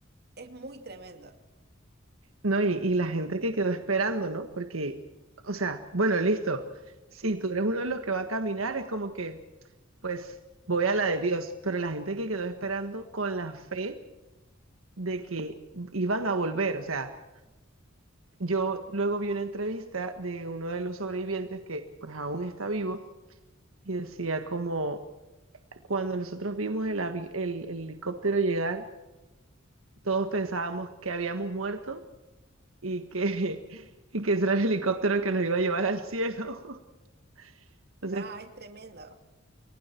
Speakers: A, on the right; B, on the right.
A: Es muy tremendo.
B: No, y, y la gente que quedó esperando, ¿no? Porque, o sea, bueno, listo. Si tú eres uno de los que va a caminar, es como que, pues, voy a la de Dios. Pero la gente que quedó esperando con la fe de que iban a volver. O sea, yo luego vi una entrevista de uno de los sobrevivientes que, pues, aún está vivo y decía como, cuando nosotros vimos el, avi- el el helicóptero llegar, todos pensábamos que habíamos muerto y que, <laughs> y que ese era el helicóptero que nos iba a llevar al cielo. <laughs> Entonces,
A: No, es tremendo.